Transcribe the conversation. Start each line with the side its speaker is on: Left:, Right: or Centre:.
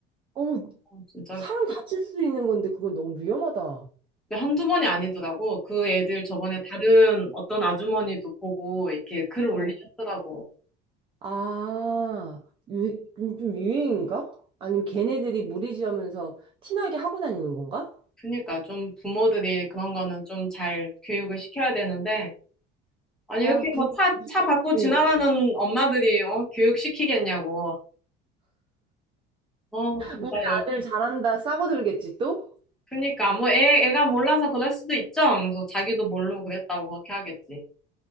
Right: 어머,
Centre: 어, 진짜
Right: 사람 다칠 수도 있는 건데 그건 너무 위험하다.
Centre: 한두 번이 아니더라고. 그 애들 저번에 다른 어떤 아주머니도 보고 이렇게 글을 올리셨더라고.
Right: 어. 아, 유, 요즘 유행인가? 아니면 걔네들이 무리지으면서 티나게 하고 다니는 건가?
Centre: 그러니까 좀 부모들이 그런 거는 좀 잘 교육을 시켜야 되는데 아니
Right: 아,
Centre: 이렇게
Right: 근데
Centre: 뭐 차, 차 받고
Right: 어,
Centre: 지나가는 엄마들이 어, 교육시키겠냐고. 어, 진짜
Right: 우리
Centre: 열.
Right: 아들 잘한다 싸워들겠지 또?
Centre: 그러니까 뭐 애, 애가 몰라서 그럴 수도 있죠. 그래서 자기도 모르고 그랬다고 그렇게 하겠지.